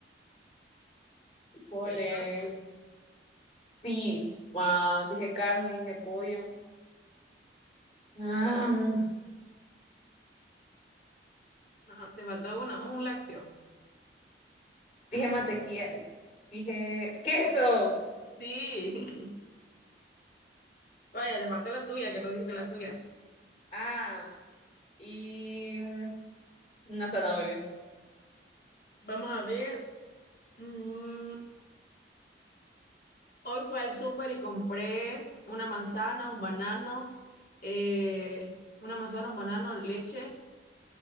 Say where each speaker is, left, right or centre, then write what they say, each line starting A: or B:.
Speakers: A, on the left; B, on the left.
A: frijoles.
B: Te falta.
A: Sí. Ah, dije carne, dije pollo. Ah,
B: Ajá, te falta una, un lácteo.
A: dije mantequilla, dije queso.
B: Sí. <laughs> Vaya, te falta la tuya, que no dijiste la tuya.
A: Ah, y mm, una zanahoria.
B: Vamos a ver. Mm, hoy fui al súper y compré una manzana, un banano, eh, una manzana, un banano, leche,